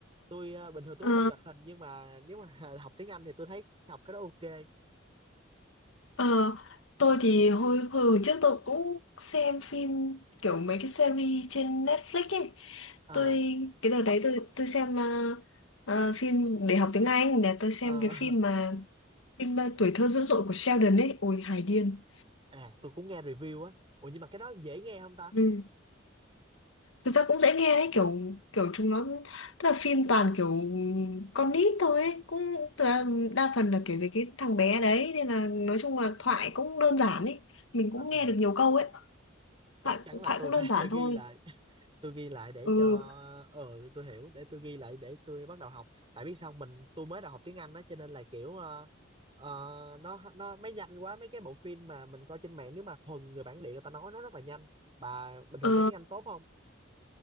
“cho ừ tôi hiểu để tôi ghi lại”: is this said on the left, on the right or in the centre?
Right